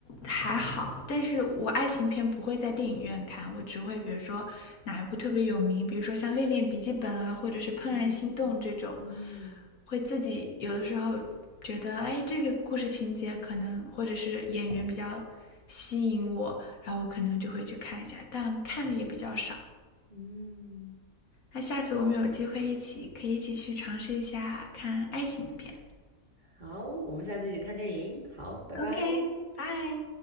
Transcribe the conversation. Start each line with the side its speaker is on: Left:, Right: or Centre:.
Left: 还好，但是我爱情片不会在电影院看，我只会比如说哪一部特别有名，比如说像《恋恋笔记本》啊，或者是《怦然心动》这种，
Right: 嗯嗯
Left: 会自己有的时候觉得，哎，这个故事情节可能或者是演员比较吸引我，然后我可能就会去看一下，但看的也比较少。
Right: 嗯，
Left: 那下次我们有机会一起，可以一起去尝试一下看爱情片。
Right: 好，我们下次一起看电影。好，拜拜。
Left: OK，拜。